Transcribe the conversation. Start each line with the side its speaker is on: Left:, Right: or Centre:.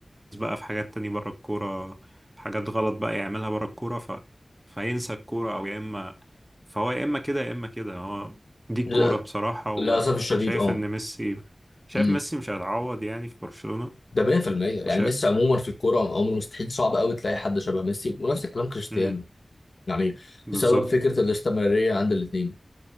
Right: بقى في حاجات تانية بره الكورة حاجات غلط بقى يعملها بره الكورة ف... فينسى الكورة أو يا إما فهو يا إما كده يا إما كده هو دي الكورة
Left: لل-
Right: بصراحة و...
Left: للاسف الشديد
Right: وشايف
Left: اه
Right: إن ميسي شايف
Left: مم.
Right: ميسي مش هيتعوض يعني في برشلونة
Left: ده 100% يعني
Right: وشايف
Left: ميسي عموما في الكوره عمره مستحيل صعب قوي تلاقي حد شبه ميسي ونفس الكلام كريستيانو
Right: امم
Left: يعني
Right: بالظبط
Left: بسبب فكره الاستمراريه عند الاثنين